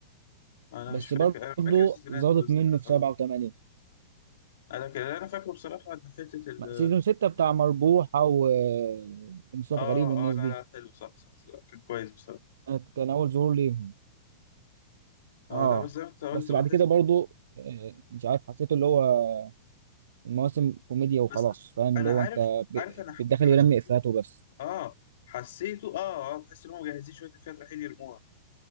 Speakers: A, on the left (about 60°); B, on the right (about 85°).
A: انا
B: بس
A: مش فاكر
B: برضه
A: انا مش فاكر السيزونات
B: زادت
A: بس
B: منه في
A: اه
B: سبعة وثمانية
A: انا كان اللي انا فاكره بصراحة ان حتة ال
B: سيزون ستة بتاع مربوحة و- ومصطفى
A: اه
B: غريب والناس
A: اه لا
B: دي
A: لا حلو صح صح لا كان كويس بصراحة
B: كانت- كان أول ظهور ليهم
A: اه
B: اه
A: لا بس زي ما انت قلت
B: بس
A: بحس
B: بعد كده برضو آه، مش عارف حسيته اللي هو المواسم كوميديا وخلاص
A: بس
B: فاهم
A: انا
B: اللي هو
A: عارف
B: انت ب-
A: عارف انا ح-
B: بتدخل
A: حسيت
B: يرمي افيهات وبس
A: اه حسيته اه اه تحس ان هم مجهزين شوية الفئات رايحين يرموها